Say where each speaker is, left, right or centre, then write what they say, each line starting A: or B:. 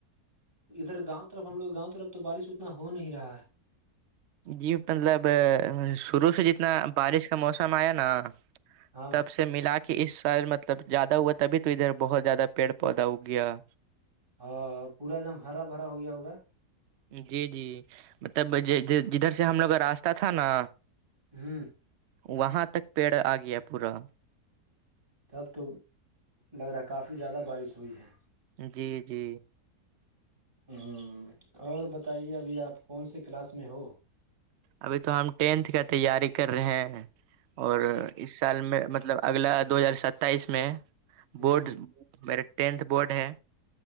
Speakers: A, on the right; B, on the right.
A: ادھر گاؤں طرف ہم لوگ گاؤں طرف تو بارش اتنا ہو نہیں رہا ہے
B: جی مطلب شروع سے جتنا بارش کا موسم آیا نا
A: ہاں
B: تب سے <unintelligible> سے ملا کے اس سال مطلب زیادہ ہوا تبھی تو ادھر بہت زیادہ پیڑ پودا ہوگیا
A: ہاں پورا ایک دم ہرا بھرا ہو گیا ہوگا
B: جی جی مطلب جدھر سے ہم لوگ کا راستہ تھا نا
A: ہوں
B: وہاں تک پیڑ آ گیا پورا
A: تب تو لگ رہا ہے کافی زیادہ بارش ہوئی ہے
B: جی جی
A: ہوں اور بتائیے ابھی آپ کون سے کلاس میں ہو
B: ابھی تو ہم ٹینتھ کا تیاری کر رہے ہیں اور اس سال میں مطلب اگلا دو ہزار ستائیس میں
A: ہ
B: بورڈ میرے ٹینتھ بورڈ ہے